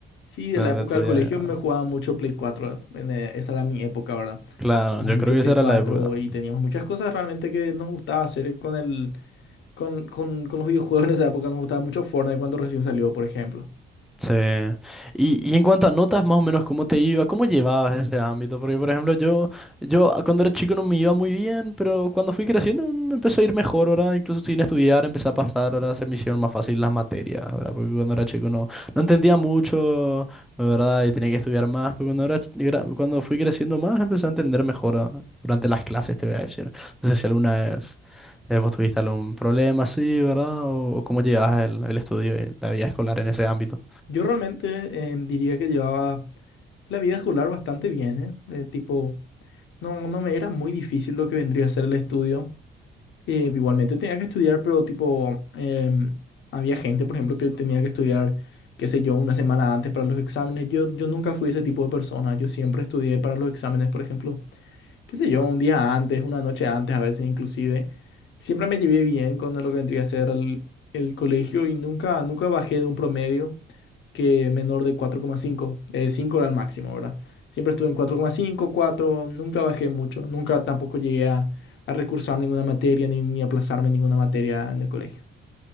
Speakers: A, on the left (about 65°); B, in the centre.
A: Sí, de
B: de-
A: la época
B: de tu
A: del
B: día.
A: colegio
B: a día.
A: me jugaba mucho Play cuatro en, eh, esa era mi época, ¿verdad?
B: Claro,
A: Jugábamos
B: yo
A: mucho
B: creo que
A: Play
B: esa era
A: cuatro
B: la época.
A: y teníamos muchas cosas realmente que nos gustaba hacer con el, con, con, con los videojuegos en esa época. Nos gustaba mucho Fortnite cuando recién salió, por ejemplo.
B: Sí. Y, y en cuanto a notas, más o menos, ¿cómo te iba? ¿Cómo llevabas ese ámbito? Porque, por ejemplo, yo, yo cuando era chico no me iba muy bien, pero cuando fui creciendo me empezó a ir mejor, ¿verdad? Incluso sin estudiar empecé a pasar, ahora se me hicieron más fácil las materias, ¿verdad? Porque cuando era chico no, no entendía mucho, ¿verdad? Y tenía que estudiar más, pero cuando era, ch- gra- cuando fui creciendo más empecé a entender mejor, ¿verdad? Durante las clases, te voy a decir. No sé si alguna vez eh, vos tuviste algún problema así, ¿verdad? O, o cómo llevabas el, el estudio y la vida escolar en ese ámbito.
A: Yo realmente em, diría que llevaba la vida escolar bastante bien, ¿eh? Eh, tipo, no, no me era muy difícil lo que vendría a ser el estudio. Eh, igualmente tenía que estudiar, pero tipo, em, había gente, por ejemplo, que tenía que estudiar, qué sé yo, una semana antes para los exámenes. Yo, yo nunca fui ese tipo de persona. Yo siempre estudié para los exámenes, por ejemplo, qué sé yo, un día antes, una noche antes, a veces inclusive. Siempre me llevé bien con lo que vendría a ser el, el colegio y nunca, nunca bajé de un promedio que menor de 4,5. Eh, 5 era el máximo, ¿verdad? Siempre estuve en 4,5, 4, nunca bajé mucho, nunca tampoco llegué a, a recursar ninguna materia ni, ni aplazarme en ninguna materia en el colegio.